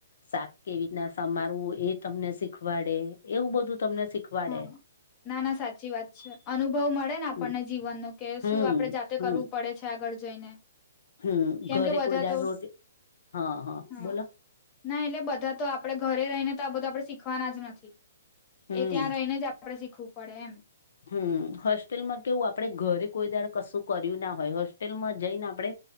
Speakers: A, on the left (about 60°); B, on the left (about 20°).
A: શાક કેવીતના સમારવું એ તમને શીખવાડે એવું બધું તમને શીખ વાડે.
B: હા ના, ના, સાચી વાત છે. અનુભવ મળે ને આપણને
A: હમ
B: જીવનનું, કે
A: હમ
B: શું આપડે જાતે
A: હમ
B: કરવું પડે છે આગળ જઈને.
A: હમ,
B: કેમ
A: ઘરે
B: કે બધા
A: કોઈ દાડ
B: તો
A: રોટી, હં, હં
B: હા
A: બોલો?
B: ના એટલે બધા તો આપડે ઘરે રહીને તો આ બધું આપડે શીખવાના જ નથી.
A: હમ
B: એ ત્યાં રહીને જ આપડે શીખવું પડે એમ
A: હમ, હોસ્ટેલમાં કેવું આપડે ઘરે કોઈ દાડ કશું કર્યું ના હોય, હોસ્ટેલમાં જઈને આપડે